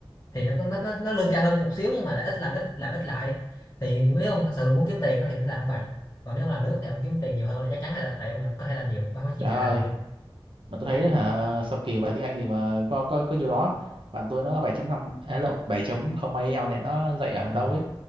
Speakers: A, on the left; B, on the right.
A: thì nó có nó, nó, nó lương cao hơn một xíu nhưng mà lại ít làm ít làm ít lại thì nếu ông thật sự muốn kiếm tiền á thì nó là không bằng còn nếu ông làm nước thì ông kiếm tiền nhiều hơn là chắc chắn rồi đó tại ông có thể làm nhiều ông không có chia
B: trời
A: ca
B: ơi,
A: làm nhiều
B: mà tôi thấy hả, sao kỳ vậy tiếng Anh gì mà có có có nhiều đó. Bạn tôi nó bảy chấm năm à, lộn bảy chấm không 0 eo này nó dạy ở
A: ừ.
B: đâu ấy.